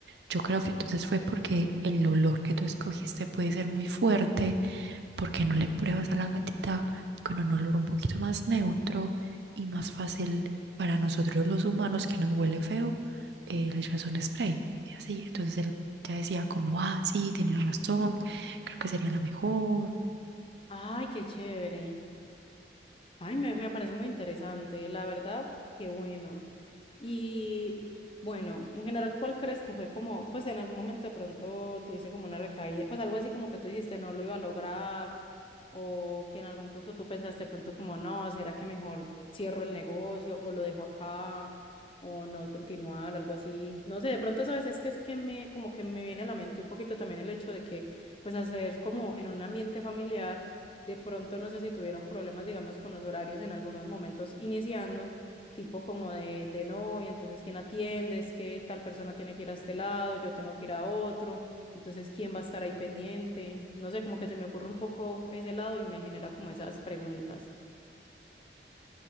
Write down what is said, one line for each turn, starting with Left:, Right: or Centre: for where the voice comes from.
Right: Yo creo que entonces fue porque el olor que tú escogiste puede ser muy fuerte, porque no le pruebas a la gatita con un olor un poquito más neutro y más fácil para nosotros los humanos que nos huele feo, eh, le echas un spray y así. Entonces él ya decía como, ah, sí, tienes razón, creo que sería lo mejor.
Left: Ay, qué chévere. Ay, me, me parece muy interesante, la verdad, qué bueno. Y bueno, en general, ¿cuál crees que fue como, pues en algún momento de pronto tuviste como una recaída, pues algo así como que tú dijiste no lo iba a lograr o que en algún punto tú pensaste pronto como, no, ¿será que mejor cierro el negocio o lo dejo acá o no continuar, algo así? No sé, de pronto, sabes, es que es que me, como que me viene a la mente un poquito también el hecho de que, pues, hacer como en un ambiente familiar, de pronto, no sé si tuvieron problemas, digamos, con los horarios en algunos momentos iniciando. tipo como de, de no, y entonces quién atiende, es que tal persona tiene que ir a este lado, yo tengo que ir a otro, entonces, ¿quién va a estar ahí pendiente? No sé, como que se me ocurre un poco ese lado y me genera como esas preguntas.